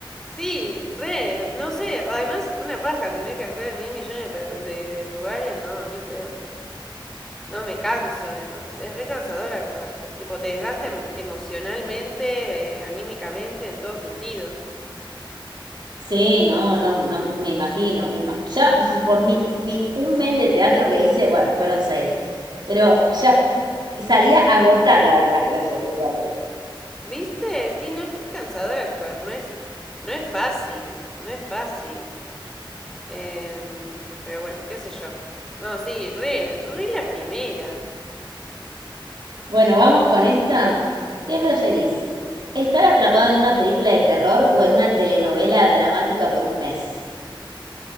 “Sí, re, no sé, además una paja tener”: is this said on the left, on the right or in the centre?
Centre